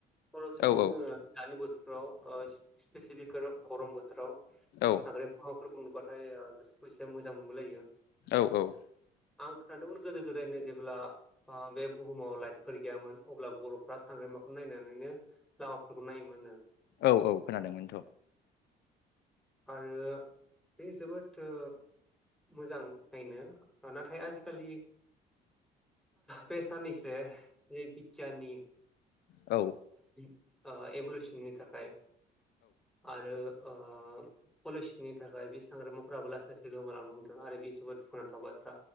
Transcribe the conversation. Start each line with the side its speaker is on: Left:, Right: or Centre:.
Centre: खर' जुदि
Left: औ
Centre: जोङो दानि बोथोराव ओ सिफेसिलि गो-गरम बोथोराव
Left: औ
Centre: सांग्रेमाफोर नुबाथाय गासोखौ एसे मोजां मोनबोलायो।
Left: औ
Centre: आं खोनादोंमोन गोदो गोदायनो जेब्ला ओ बे बुहुमाव लाइटफोर गैयामोन अब्ला बर'फ्रा सांग्रेमाखौ नायनानैनो लामाफोरखौ नायोमोन नो।
Left: औ औ खोनादोंमोनथ'।
Centre: आरो बे जोबोद ओ मोजां नायनो नाथाय आजिखालि बे साननैसो बिगियाननि
Left: औ
Centre: ओ एभुलेसननि थाखाय आरो ओ पलिसनि थाखाय बे साग्रेमाफोराबो लासै लासै गोमालांनो हमदों आरो बे जोबोद दुखुनांथाव बाथ्रा।